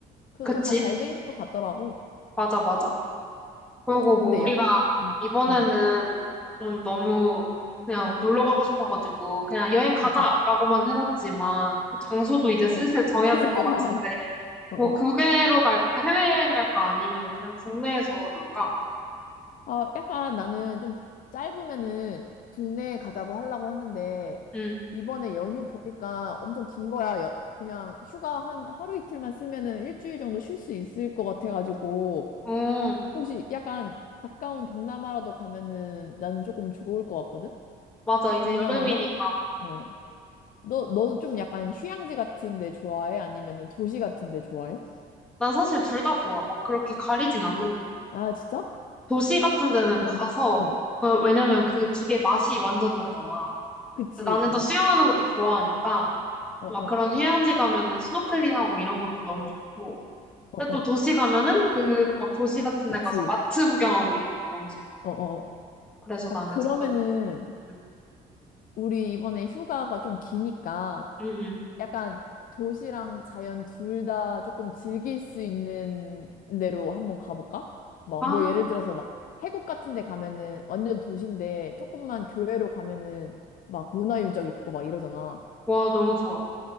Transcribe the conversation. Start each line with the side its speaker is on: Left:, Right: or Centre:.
Left: 그래서
Centre: 그치?
Left: 그냥 다 잘 돼 있는 것 같더라고.
Centre: 맞아, 맞아. 그리고 뭐
Left: 근데
Centre: 우리가
Left: 야, 음,
Centre: 이번에는
Left: 음,
Centre: 좀 너무 그냥 놀러 가고 싶어가지고 그냥 여행 가자라고만
Left: 음, 음.
Centre: 해놨지만 그 장소도 이제
Left: 그니까,
Centre: 슬슬 정해야
Left: 그니까,
Centre: 될 것 같은데
Left: <laughs> 어,
Centre: 뭐
Left: 어.
Centre: 국외로 갈까 해외여행 갈까 아니면 그냥 국내에서 놀까?
Left: 아, 약간 나는 좀 짧으면은 국내에 가자고 하려고 했는데,
Centre: 응.
Left: 이번에 연휴 보니까 엄청 긴 거야. 여, 그냥 휴가 한 하루 이틀만 쓰면은 일주일 정도 쉴 수 있을 것 같아가지고,
Centre: 음,
Left: 혹시 약간 가까운 동남아라도 가면은 나는 조금 좋을 것 같거든?
Centre: 맞아. 이제
Left: 동남아나?
Centre: 여름이니까.
Left: 어. 너, 너는 좀 약간 휴양지 같은 데 좋아해? 아니면은 도시 같은 데 좋아해?
Centre: 난 사실 둘 다 좋아. 막 그렇게 가리진 않는 거.
Left: 아, 진짜?
Centre: 도시 같은 데는
Left: 그러면,
Centre: 가서,
Left: 응.
Centre: 어, 왜냐면 그 두 개 맛이 완전 다르잖아.
Left: 그치,
Centre: 근데 나는
Left: 어,
Centre: 또 수영하는
Left: 어,
Centre: 것도 좋아하니까
Left: 어,
Centre: 막
Left: 어,
Centre: 그런 휴양지 가면은 스노클링하고 이런 것도 너무 좋고.
Left: 어,
Centre: 근데 또
Left: 어.
Centre: 도시 가면은 그 막 도시 같은
Left: 그치,
Centre: 데 가서 마트 구경하고 이런 것도 너무 재밌고.
Left: 어, 어.
Centre: 그래서
Left: 아,
Centre: 나는
Left: 그러면은,
Centre: 상관없어. 응,
Left: 우리 이번에 휴가가 좀 기니까,
Centre: 응. 응.
Left: 약간 도시랑 자연 둘 다 조금 즐길 수 있는 데로 한번 가볼까? 뭐,
Centre: 아,
Left: 뭐 예를 들어서 막, 태국 같은 데 가면은 완전 도시인데, 조금만 교외로 가면은 막 문화유적 있고 막 이러잖아.
Centre: 와, 너무 좋아.